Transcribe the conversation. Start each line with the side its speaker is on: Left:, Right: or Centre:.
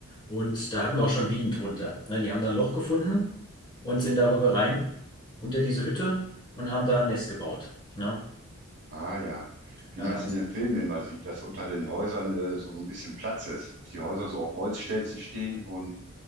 Left: Und da hatten wir auch schon Bienen drunter. Ne? Die haben da ein Loch gefunden und sind darüber rein, unter diese Hütte und haben da ein Nest gebaut. Ne?
Right: Ah ja,
Left: Ja,
Right: wie man
Left: damals.
Right: es in den Filmen immer sieht, dass unter den Häusern äh, so, so ein bisschen Platz ist, dass die Häuser so auf Holzstelzen stehen und